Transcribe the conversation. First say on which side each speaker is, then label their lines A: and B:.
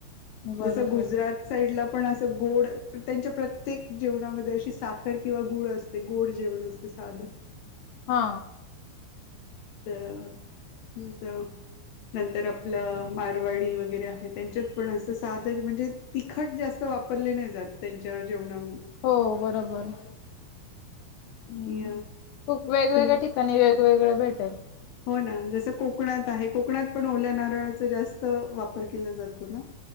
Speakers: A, on the left; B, on the left.
A: बरोबर.
B: जस गुजरात साईड ला पण असं गोड त्यांच्या प्रत्येक जेवणामध्ये अशी साखर किंवा गुळ असते गोड जेवण असते. सा <unintelligible>
A: हा.
B: तर मी स नंतर आपलं मारवाडी वगैरे आहे, त्यांच्यात पण अस साध म्हणजे तिखट जास्त वापर वापरले नाही जात त्यांच्या जेवणा
A: हो बरोबर.
B: बाकी
A: हम्म. खूप वेगवेगळ्या
B: तुम
A: ठिकाणी वेगवेगळं भेटल.
B: हो ना. जसं कोकणात आहे, कोकणात पण ओल्या नारळाचं जास त वापर केला जातो ना?